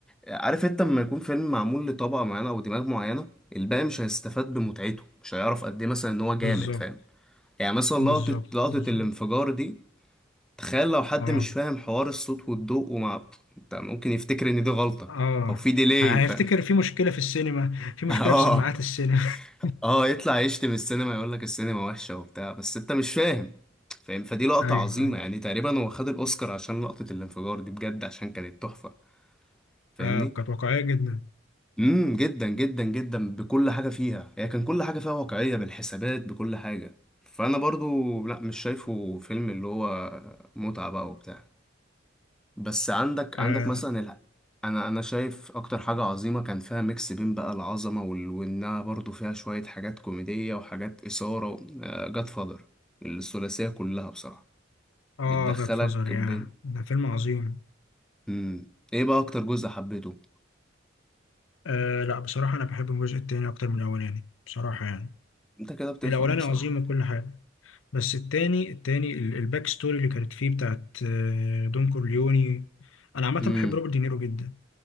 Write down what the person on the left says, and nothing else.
بالظبط
بالظبط
بالظبط
اه
اه
هيفتكر
في مشكله في السينما في مشكله
في سماعات السينما <laughs>
ايوه
ايوه
آه كانت واقعيه جدا
اه
اه
جاد فازر يا
ده فيلم عظيم
آه لا بصراحه انا بحب الجزء التاني اكتر من الاولاني بصراحه يعني
الاولاني
عظيم وكل حاجه بس التاني التاني ال- الباك ستوري اللي كانت فيه بتاعت آه، دون كورليوني انا عامه
بحب روبرت دينيرو جدا